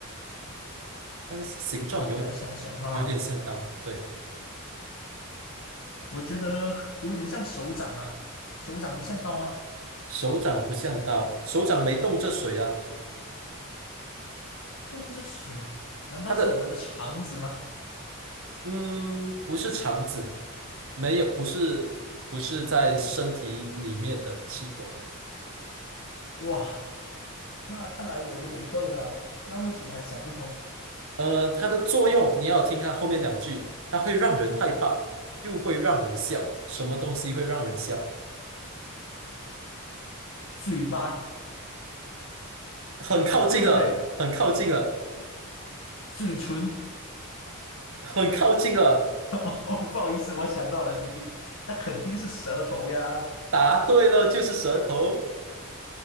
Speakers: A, on the right; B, on the left.
A: 它的形状有
B: 让我来想想哈，
A: 有点像刀，对，
B: 我觉得有点像手掌啊，手掌不像刀吗？
A: 手掌不像刀，手掌没动这水啊，
B: 碰着水，难道是我们的肠子吗？
A: 它的嗯，不是肠子，没有，不是不是在身体里面的器官。
B: 哇，那看来我有点笨了啊那么久还想不通。
A: 呃，它的作用你要听它后面两句，它会让人害怕，又会让人笑。什么东西会让人笑？
B: 嘴巴，
A: 很靠近了，
B: 对不对？
A: 很靠近了，
B: 嘴唇。
A: 很靠近了。
B: <laughs> 哦，不好意思，我想到了，兄弟，那肯定是舌头呀。
A: 答对了，就是舌头。